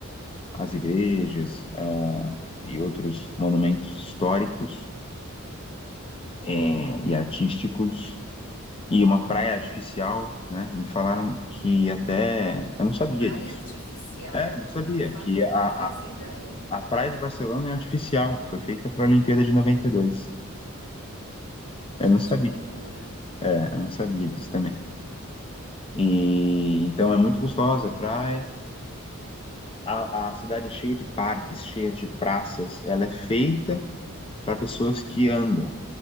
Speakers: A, on the left; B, on the left.
A: as igrejas ah, e outros monumentos históricos
B: uhum.
A: eh, e artísticos e uma praia artificial, né? Me falaram que até eu não sabia
B: Praia
A: disso.
B: artificial?
A: É, não sabia
B: Não faz,
A: que a,
B: não fazia
A: a,
B: ideia.
A: a praia de Barcelona é artificial, foi feita para a Olimpíada de 92. Eu
B: Gente,
A: não sabia.
B: que loucura!
A: É, eu não sabia disso também. E então é muito gostosa a praia. A, a cidade é cheia de parques, cheia de praças. Ela é feita para pessoas que andam,